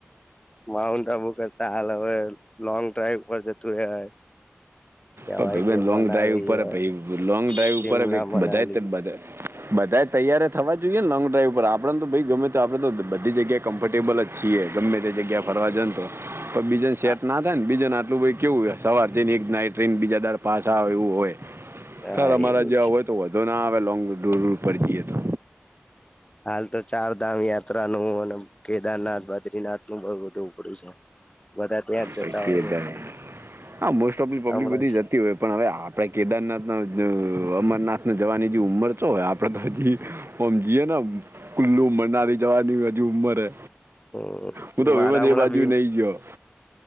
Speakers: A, on the left (about 25°); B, on the right (about 85°).
A: માઉન્ટન્ટ આબુ કેતા હાલવે લોંગ ડ્રાઈવ પર જતુ રેવાય. કેવાય
B: પર ભઈબન્ધ
A: કે
B: લોંગ
A: મનાલી,
B: ડ્રાઈવ ઉપર
A: અ,
B: ભઈ લોંગ ડ્રાઈવ
A: શિમલા,
B: ઉપર ભ
A: મનાલી
B: બધા બધા. બધા તૈયાર થવા જોઈએને લોંગ ડ્રાઈવ ઉપર આપડને તો ભઈ ગમે તો આપડ તો બધી જગ્યા કમ્ફર્ટેબલ જ છીએ ગમે તે જગ્યા ફરવા જોન તો. પર બીજે સેટ
A: હા,
B: ના થાય ને બીજન આટલું કેવું સવારથી ને એક નાઈટ. ટ્રેન બીજા દર પાસે આવે એવું હોય
A: હા,
B: ત અમારા
A: એ બી
B: જેવા
A: છે.
B: હોય તો વોધો ના આવે લોંગ ટૂર ઉપર જીયે તો
A: હાલ તો ચારધામ યાત્રા ન હું અને. કેદારનાથ, બદ્રીનાથ નું બ બધું ઉપડ્યું છે બધા ત્યાં જ
B: ભાઈ
A: જતા
B: કે
A: હોય છે.
B: દાડે. હા મોસ્ટઓફલી પબ્લિક
A: હમણાં
B: બધી જતી હોય. પણ હવે આપણે કેદારનાથના અમરનાથને જવાની જે ઉંમર છો આપણે તો હજી હમ જઈએ નમ, કુલ્લું મનાલી જવાની હજી ઉંમરે
A: હમ
B: હું તો
A: મારા
B: વેવદ
A: હમણાં
B: એ બાજુ નઈ ગયો.